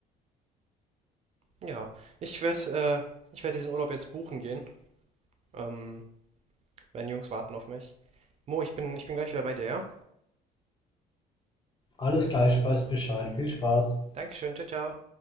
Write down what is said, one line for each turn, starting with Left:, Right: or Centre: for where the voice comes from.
Right: Ja. Ich werde, äh, ich werde diesen Urlaub jetzt buchen gehen. Ähm, meine Jungs warten auf mich. Mo, ich bin, ich bin gleich wieder bei dir, ja?
Left: Alles gleich, weiß Bescheid. Viel Spaß.
Right: Dankeschön, ciao, ciao.